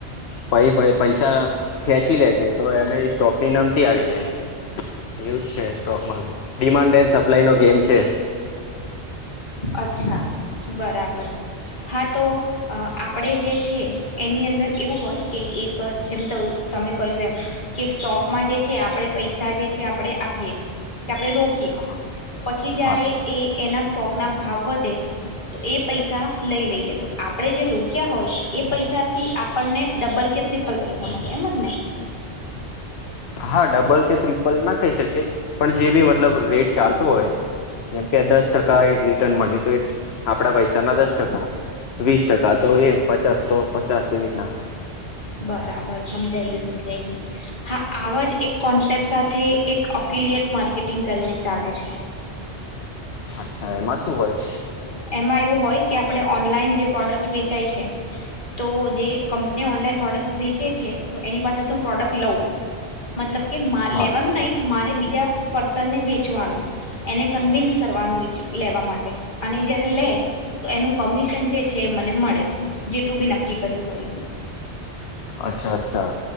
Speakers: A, on the left (about 70°); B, on the left (about 45°).
A: પ-પ-પૈસા ખેંચી લે છે તો એને સ્ટોક નીંદર આવી જાય એવું જ છે સ્ટોકમાં ડિમાન્ડ એન્ડ સપ્લાય નો ગેમ છે. <inaudible>
B: અચ્છા બરાબર હા તો આપણેે જે છે એની અંદર એવું હોય કે એક જેમ તમે કહ્યું એમ કે સ્ટોકમાં જે છે આપણે પૈસા જે છે આપણેે આપીએ કે આપણે રોકીએ
A: હા
B: પછી જયારે
A: હા
B: એ એના સ્ટોક ના ભાવ વધે તો એ પૈસા લઈ લઈએ તો આપણેે જે રોક્યા હોય એ પૈસાથી આપણને ડબલ કે ત્રિપલ પૈસા ગે એમ જ ને
A: હા ડબલ કે ટ્રિપલ ના કહી શકીએ પણ જે બી મતલબ રેટ ચાલતોું હોય જેમ કે દસ ટકા મળ આપડા પૈસા ના દસ ટકા વીસ ટકા તો એમ પચાસ તો પચાસ એવીીતના
B: બરાબર સમજાઈ ગયું હા આ જ એક કોન્સેપ્ટ સાથે એક અફિલયટ માર્કેટિંગ કરીને ચાલે <inaudible> પછ <inaudible>
A: અચ્છા એમાં શું હોય
B: એમાં એવું હોય કે આપણે ઓનલાઈન જે પ્રોડક્ટ વેચાય છે તો જે કંપની ઓનલાઈન પ્રોડક્ટ વેચે છે તો એની પાસેથીું પ્રોડક્ટ લઉં મતલબ કે મા
A: હા
B: લેવાનું નહી મારે બીજા પર્સનને વેચવાનું એને કન્વિન્સ કરવાનું લેવા માટે અનેન જર લે તો એનું કમિશન જે છે એ મને મળે જેટલું બી નક્કી કર્યું હોય એટલું
A: અચ્છા અચ્છા